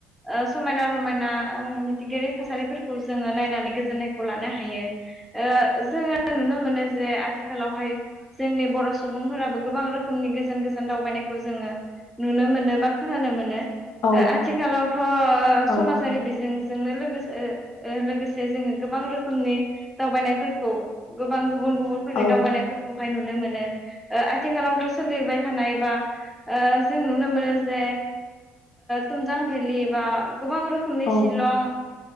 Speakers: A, in the centre; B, on the left.
A: सम समायना - रमायना मिथिंगायारि थासारिफोरखौ जोंङो नायनानै गोजोननायखौ लानो हायो । जोंङो नुनो मोनो जे आथिखालावहाय जोंनि बर' सुबुंफोराबो गोबां रोखोमनि गोस गोजान गोजान दावबायनायखौ जोंङो नुनो मोनो बा खोनानो मोनो
B: औ
A: आथिखालावथ'
B: औ
A: समाजारि बिजों जोंनो लोगोसे लोगोसे जोङो गोबां रोखोमनि दावबायनायफोरखौ गोबां गुबुन गुबुनफोरनि
B: औ
A: दावबायनायफोरखौहाय नुनो मोनो आथिखालावथ' सोलिबाय थानाय बा जों नुनो मोनो जे थुमजां भेलि बा गोबां रोखोमनि
B: औ
A: शिलं